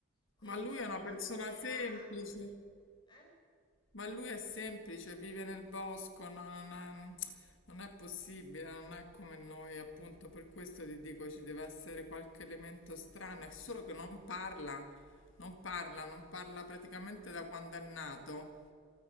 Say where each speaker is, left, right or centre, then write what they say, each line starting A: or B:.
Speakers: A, on the left; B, on the left.
A: Quindi
B: Ma lui
A: sono
B: è una
A: quasi
B: persona
A: cerati,
B: semplice.
A: eh?
B: Ma lui è semplice, vive nel bosco, no- non è, non è possibile, non è come noi, appunto, per questo ti dico ci deve essere qualche elemento strano, è solo che non parla, non parla, non parla praticamente da quando è nato.